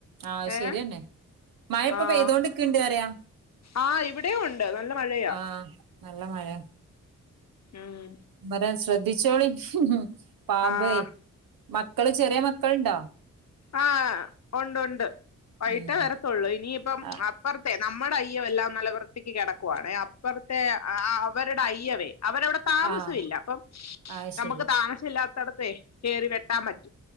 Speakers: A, on the right; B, on the left.
A: ആഹ്
B: ഏ
A: ശരിയന്നെ മഴ ഇപ്പൊ
B: ആഹ്
A: പെയ്തൊണ്ട് നിക്ക്ണ്ട് പറയാ
B: ആഹ് ഇവിടെയും ഉണ്ട് നല്ല മഴയാ
A: ആഹ് നല്ല മഴ
B: ഉം
A: വരാൻ ശ്രദ്ധിച്ചോളിൻ പാമ്പേ
B: ആഹ്
A: മക്കള് ചെറിയ മക്കൾണ്ടോ
B: ആഹ് ഉണ്ട് ഉണ്ട് വൈകിട്ടേ
A: ഉം
B: വരത്തുള്ളൂ ഇനിയിപ്പം
A: ആ
B: അപ്പുറത്തെ നമ്മുടെ അയ്യം എല്ലാം നല്ലവൃത്തിക്ക് കിടക്കുവാണ് അപ്പുറത്തെ അവരുടെ അയ്യവേ അവരവിടെ താമസംല്ല
A: ആഹ്
B: അപ്പം
A: ആഹ് ശരി
B: നമുക്ക് താമസല്ലാത്തടത്ത് കയറി വെട്ടാൻ പറ്റോ